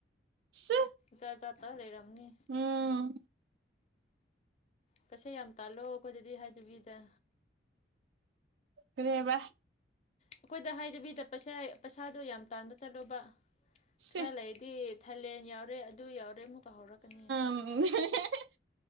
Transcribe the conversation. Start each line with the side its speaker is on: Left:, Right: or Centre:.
Right: ꯆꯥ
Left: ꯖꯠ ꯖꯠ ꯇꯧ ꯂꯩꯔꯝꯅꯤ
Right: ꯎꯝ
Left: ꯄꯩꯁꯦ ꯌꯥꯝ ꯇꯥꯜꯂꯣ ꯑꯩꯈꯣꯏꯗꯗꯤ ꯍꯥꯏꯗꯕꯤꯗ
Right: ꯀꯔꯤ ꯍꯥꯏꯕꯥ
Left: ꯑꯩꯈꯣꯏꯗ ꯍꯥꯏꯗꯕꯤꯗ ꯄꯩꯁꯥ ꯄꯩꯁꯥꯗꯣ ꯌꯥꯝ ꯇꯥꯟꯕ ꯆꯠꯂꯨꯕ
Right: ꯁꯤ
Left: ꯈꯔ ꯂꯩ ꯗꯤ ꯊꯥꯏꯂꯦꯟ ꯌꯥꯎꯔꯦ ꯑꯗꯨ ꯌꯥꯎꯔꯦ ꯑꯃꯨꯛꯀ ꯍꯧꯔꯛꯀꯅꯤ
Right: ꯎꯝ <unintelligible>